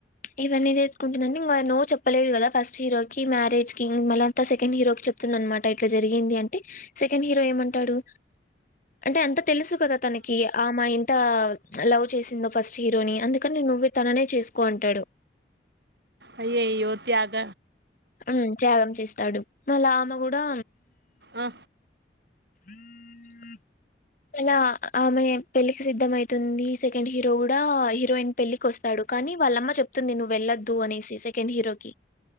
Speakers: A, on the left; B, on the right.
A: ఇవన్నీ చేసుకుంటుందండి ఇ నువ్ చెప్పలేదు కదా ఫస్ట్ హీరో కి మ్యారేజ్ కి మళ్ళీ అంతా సెకండ్ హీరో క చెప్తుంది అనమాట ఇట్లా జరిగింది అంటే సెకండ్ హీరో ఏమంటాడు అంటే అంత తెలుసు కదా తనకి ఆ మా ఇంత లవ్ చేసిందో ఫస్ట్ హీరోని అందుకని నువ్వే తననే చేసుకోంటాడు
B: అయ్యయ్యో త్యాగ
A: ఆ త్యాగం చేస్తాడు మళ్ళా ఆమ కూడా
B: ఆ!
A: <inaudible> ఏలా ఆమె పెళ్ళికి సిద్ధ అయితుంది సెకండ్ హీరో కూడా హీరోయిన్ పెళ్ళికి వస్తాడు కానీ వాళ్ళమ్మ చెప్తుంది నువ్వు వెళ్లొద్దు అనేసి సెకండ్ హీరోకి